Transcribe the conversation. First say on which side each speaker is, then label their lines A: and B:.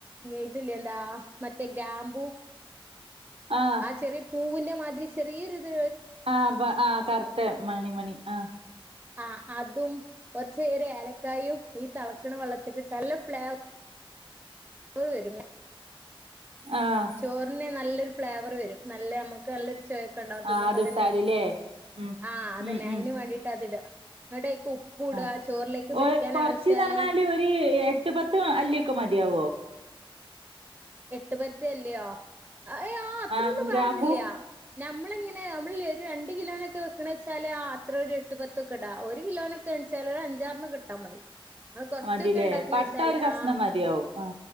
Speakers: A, on the right; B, on the right.
A: ഇതില്ലേ മറ്റേ ഗ്രാമ്പു.
B: ആ
A: ചെറിയ പൂവിന്റെ മാതിരി ചെറിയൊരു ഇത്
B: ആഹ് ആഹ് കറുത്ത മണി മണി ആഹ്
A: ആഹ് അതും കുറച്ച ഒരു ഏലക്കായും ഈ തളക്കണ വെള്ളത്തിക്കിട്ടാ നല്ല ഫ്ലേവറ പ്പവര്ന്ന
B: ആഹ്
A: ചോറിന് നല്ലൊരു ഫ്ലേവർ വരും നല്ല നമുക്ക് നല്ലൊരു ചോയക്കെണ്ടാവ തിന്നുമ്പതന്നെ
B: ആഹ് അതിട്ടാലില്ലേ ഉം
A: ആഹ അതന്നെ
B: ഉം ഉം
A: അയ്ന് വേണ്ടിട്ട് അത് ഇട ങ്ങട്ട് ഐക്ക് ഉപ്പ് ഇട
B: ആഹ്
A: ആ ചോറിലേക്ക്
B: ഓ
A: പിടിക്കാൻ
B: കൊറച്ച്ന്ന്
A: ആവശ്യായ
B: പറഞ്ഞാല് ഒരു എട്ട് പത്ത് അല്ലിയൊക്കെ മതിയാവോ?
A: എട്ടുപത്തല്ലിയോ ഏഹ് ആ അത്രൊന്നും
B: ആഹ് ഗ്രാമ്പൂ
A: വേണെന്നില്ല നമ്മളെ നമ്മളൊര് രണ്ട് കിലോനക്കെ ക്ക്ണച്ചാല് അത്ര ഒരു എട്ട്പത്തൊക്കെടാ ഒരു കിലോനൊക്കെന്ന്ച്ചാല് ഒര് അഞ്ചാറണ്ണക്കെട്ടാ മതി. അ കൊറച്ചൊക്കെ
B: മതിലേ
A: ഉണ്ടാക്കുണെച്ചാലേ
B: പട്ട ഒരു കഷ്ണം
A: ആ
B: മതിയാവും ആ